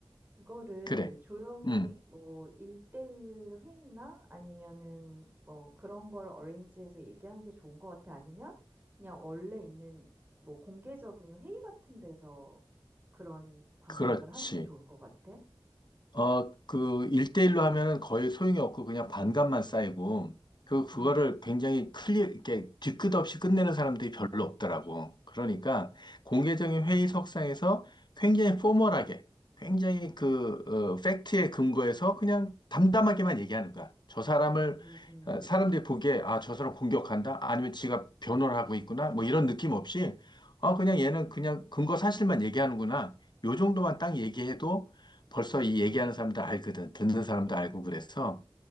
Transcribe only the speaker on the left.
그래.
음,
그렇지.
어, 그, 일대일로 하면은 거의 소용이 없고 그냥 반감만 쌓이고, 그, 그거를
굉장히 클리어, 이렇게 뒤끝없이 끝내는 사람들이 별로 없더라고. 그러니까 공개적인 회의석상에서 굉장히 포멀하게, 굉장히 그, 어, 팩트에 근거해서 그냥 담담하게만 얘기하는 거야. 저 사람을,
어, 사람들이 보기에, 아, 저 사람 공격한다? 아니면 지가 변호를 하고 있구나? 뭐 이런 느낌 없이, 아, 그냥 얘는 그냥 근거 사실만 얘기하는구나. 요 정도만 딱 얘기해도 벌써
이 얘기하는 사람도 알거든. 듣는 사람도
알고 그래서